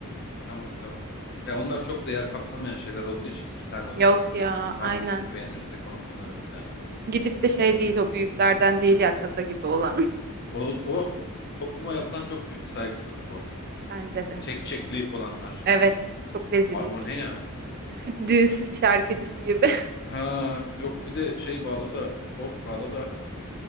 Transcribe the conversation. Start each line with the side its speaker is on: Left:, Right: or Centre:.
Left: Tamam tamam. Ya onlar çok da yer kaplamayan şeyler olduğu için iki tane oluversin
Right: Yok ya,
Left: anladın mı? Hangisini
Right: aynen.
Left: beğenirsek onu kullanırız yani.
Right: Gidip de şey değil o büyüklerden değil ya kasa gibi olan.
Left: O, o topluma yapılan çok büyük bir saygısızlık o.
Right: Bence de.
Left: Çek çekli olanlar.
Right: Evet, çok rezillik.
Left: Abi o ne ya?
Right: <laughs> Düğün şarkıcısı gibi.
Left: Ha yok bir de şey bağla da ork bağla da